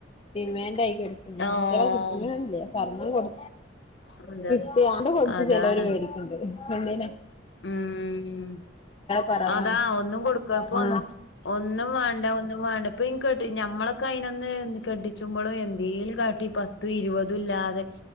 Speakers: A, on the left (about 30°); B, on the left (about 70°).
A: ഡിമാൻഡ് ആയി കുട്ടികളെ
B: ആഹ്
A: കിട്ടുന്നില്ല സ്വർണം കൊടു
B: അതാ
A: കിട്ടിയാണ്ട് കൊടുത്ത്
B: അതാണ്
A: ചിലവർ മേടിക്കണ്ട് കണ്ടെന്നോ
B: ഉം
A: കൊറവാണ്
B: അതാ ഒന്നും കൊടുക്കപ്പൊ
A: ആഹ്
B: ഒന്നും വേണ്ട ഒന്നും വേണ്ട ഇപ്പൊ ഇനി കേട്ട ഞമ്മളെ ക്കായിനൊന്നു കെടിച്ചുമ്പോളും എന്തേങ്കലും കാട്ടി പ പത്തും ഇരുപതും ഇല്ലാതെ